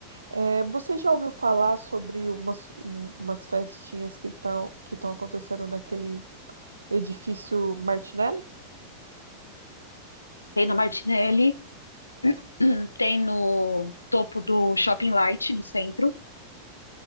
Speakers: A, on the right; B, on the left.
A: é, você já ouviu falar sobre umas, um- umas festinhas que estão que estão acontecendo naquele edifício Martinelli?
B: Tem no Martinelli, <clears throat> tem no topo do Shopping Light, no centro.